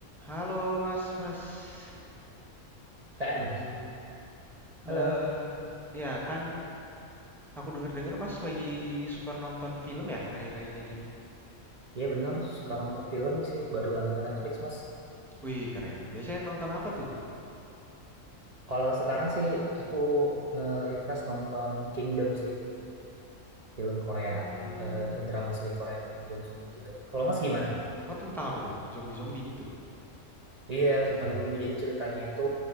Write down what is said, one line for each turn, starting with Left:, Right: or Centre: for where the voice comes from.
Centre: Halo Mas, Mas.
Right: TM,
Centre: Halo.
Right: Mas. Halo.
Centre: Eh, ya kan aku denger-dengar Mas lagi suka nonton film ya akhir-akhir ini.
Right: Iya bener, suka nonton film sih, baru langganan Netflix, Mas.
Centre: Wih, keren. Biasanya nonton apa tuh?
Right: Kalau sekarang sih aku nge-refresh nonton Kingdom sih, film Korea,
Centre: Hmm,
Right: eh, drama seri Korea tentang zombie-zombie gitu. Kalau Mas gimana?
Centre: oh tentang apa tuh? Zombie-zombie gitu.
Right: Iya, tentang zombie. Jadi ceritanya itu